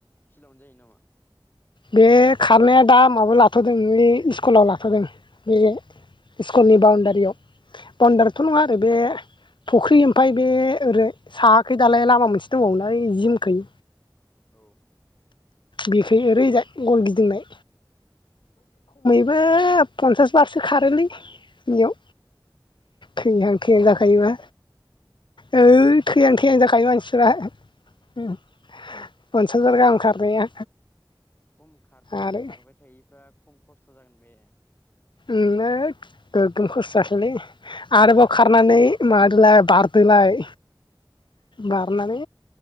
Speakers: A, on the left; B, on the left.
A: फिलावनो जायो नामा
B: बे खारनाया दा माबायाव लाथ'दों न स्कुलाव लाथ'दों बे स्कुलनि बाउण्डारियाव पवणडारिथ' नङा आरो बे फुख्रि ओमफफ्राय बे ओरै सायाखै दालाय लामा मोनसे दंबाव नाय जिमखै
A: औ
B: बेखै ओरैजाय गल गिदिंनाय
A: ओम
B: बे पन्सास बारसो खारोलै इयाव थैहां
A: औ उदै
B: थैहां जाखायोबा
A: सालायलायो बे
B: ऐ थैहां थैहां जाखायो मानसिफ्रा फस हाजार गाहाम खारनाया
A: खम <unintelligible> खारबाय
B: आरो
A: थायिफ्रा खम खस्थ' जागोन बे?
B: उम ओ गोगोम खस्थ' जासैलै आरोबाव खारनानै माबादोलाय बारदोलाय।
A: <inaudible>
B: बारनानै